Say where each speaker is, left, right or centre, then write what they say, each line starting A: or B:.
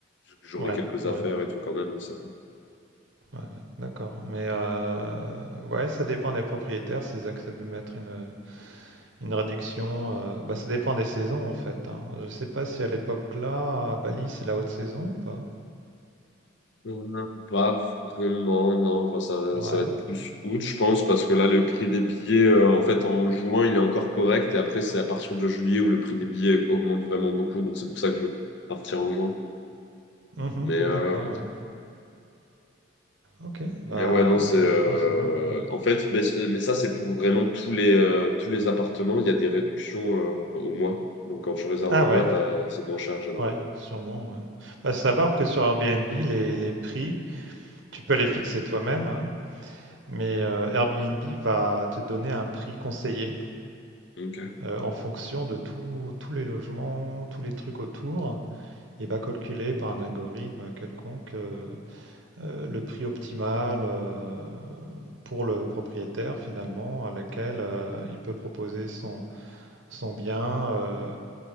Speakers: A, on the left; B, on the right.
A: J'aurai
B: Ouais,
A: quelques
B: ouais.
A: affaires et tout quand même, ça.
B: Ouais, ouais, d'accord. Mais euh, ouais, ça dépend des propriétaires, s'ils acceptent de mettre une, une réduction. euh, bah, ça dépend des saisons en fait. hein. Je sais pas si à l'époque là, à Bali, c'est la haute saison ou pas.
A: Euh, Pas vraiment, non. Enfin, ça,
B: Ouais.
A: ça va être plus août, je pense, parce que là, le prix des billets, euh, en fait, en juin, il est encore correct. Et après, c'est à partir de juillet où le prix des billets augmente vraiment beaucoup. Donc, c'est pour ça que je vais partir en juin.
B: Mhm,
A: Mais, euh,
B: d'accord, ouais. Ok. Bah,
A: Mais ouais, non, c'est euh,
B: juin, c'est mieux. ouais.
A: en fait, mais, c'est- mais ça c'est pour vraiment tous les euh, tous les appartements, il y a des réductions euh, au mois. Donc quand tu réserves
B: Ah
A: au mois,
B: ouais,
A: t'as, c'est moins cher généralement.
B: ouais, sûrement, ouais. Bah, savoir que sur Airbnb, les, les prix, tu peux les fixer toi-même, hein, mais euh, Airbnb va te donner un prix conseillé
A: Ok.
B: euh, en fonction de tout- tous les logements, tous les trucs autour. Il va calculer par un algorithme quelconque euh, euh, le prix optimal euh, pour le propriétaire finalement à laquelle euh, il peut proposer son, son bien euh,